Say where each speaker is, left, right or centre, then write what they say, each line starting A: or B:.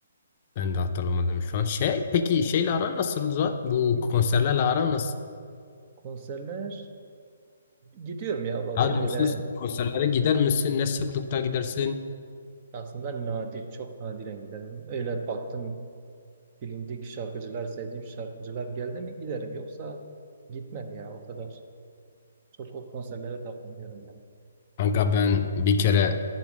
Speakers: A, on the left; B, on the right.
A: ben de hatırlamadım şu an. Şey peki şeyle aran nasıl Zuhat? Bu
B: Hı.
A: konserlerle aran nasıl?
B: Konserler Gidiyorum ya bazen
A: Daha
B: öyle
A: doğrusu konserlere gider misin? Ne sıklıkta gidersin?
B: aslında nadir, çok nadiren giderim. Öyle baktım bilindik şarkıcılar, sevdiğim şarkıcılar geldi mi giderim. Yoksa gitmem ya o kadar. Çok o konserlere takılmıyorum ben.
A: Kanka ben bir kere